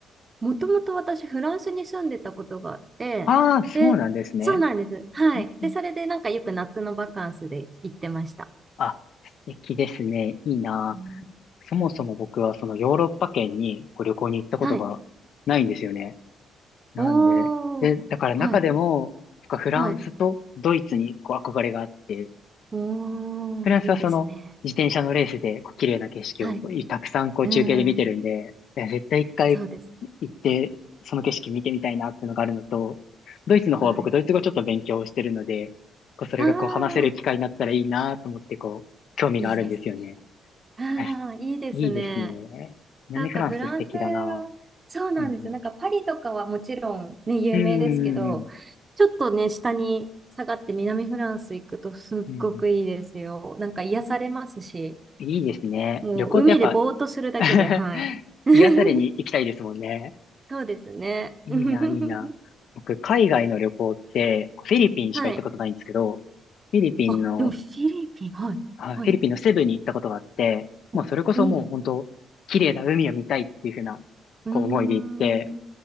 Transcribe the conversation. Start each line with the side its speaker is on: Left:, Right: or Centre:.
Right: もともと私、フランスに住んでたことがあって、
Left: ああー、そうなんですね。
Right: で、そうなんです。はい。
Left: うんうん
Right: で、それでなんかよく夏のバカンスで行ってました。
Left: あ、素敵ですね。いいな。
Right: うん
Left: そもそも僕はそのヨーロッパ圏にこう旅行に行ったことがないんですよね。
Right: はい。
Left: なんで、
Right: おー。
Left: で、だから中でも、
Right: はい。
Left: 僕はフランスとドイツにこう憧れがあって、
Right: はい。おー。
Left: フランスはその自転車のレースでこう綺麗な景色をこうたくさんこう中継で見てるんで、
Right: いいですね。はい。うーん。
Left: いや絶対一回
Right: そうですね。
Left: 行ってその景色見てみたいなっていうのがあるのと、ドイツの方は僕ドイツ語ちょっと勉強してるので、
Right: はい。
Left: こうそれがこう話せる機会になったらいいなと思ってこう興味があるんですよね。
Right: はーい。いいですね。あー、
Left: え
Right: いいですね。
Left: いいですね。南フランス素敵だな。
Right: なんかフランスそうなんですよ。
Left: うん
Right: なんかパリとかはもちろんね、有名ですけど、
Left: うん。うんうんうん。
Right: ちょっとね、下に下がって南フランス行くとすっごくいいですよ。
Left: うんうん
Right: なんか癒されますし、
Left: いいですね。
Right: もう海でぼーっとするだけで、
Left: 旅行ってやっぱ <laughs>
Right: はい。<laughs>
Left: 癒されに行きたいですもんね。
Right: そうですね。
Left: いいな、
Right: <laughs>
Left: いいな。僕、海外の旅行って、フィリピンしか行ったことないんですけど、
Right: はい。
Left: フィリピンの、
Right: あ、でもフィリピン、はい。
Left: あ、
Right: はい。
Left: フィリピンのセブに行ったことがあって、もうそれこそもう本当、
Right: あいいな。
Left: 綺麗な海を見たいっていうふうな、
Right: うーん。
Left: こう思いで行って、